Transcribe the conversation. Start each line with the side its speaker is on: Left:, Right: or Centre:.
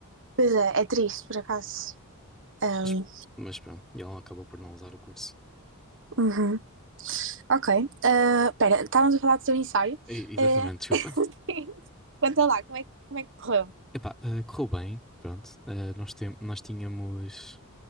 Right: Pois é, é triste, por acaso. Ahm,
Centre: Mas, mas pronto, e ela acabou por não usar o curso.
Right: uhum. Ok. Ah, pera, estávamos a falar do teu ensaio.
Centre: E- exatamente,
Right: Ah,
Centre: desculpa.
Right: <laughs> Conta lá, como é, que- como é que correu?
Centre: Epá, ah, correu bem, pronto. Ah, nós, tem, nós tínhamos